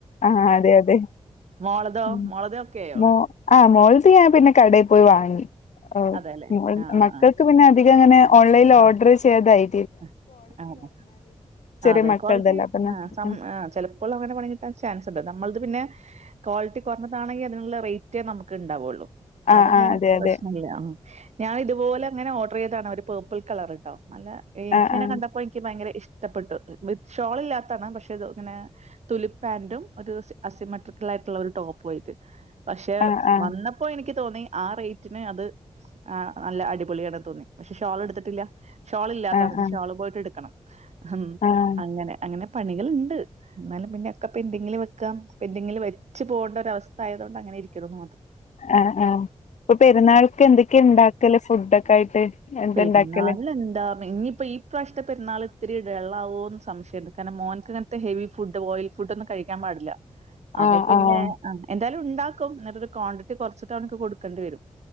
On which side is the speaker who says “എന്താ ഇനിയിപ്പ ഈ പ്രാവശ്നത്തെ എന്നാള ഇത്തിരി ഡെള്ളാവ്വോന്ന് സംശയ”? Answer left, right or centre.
Right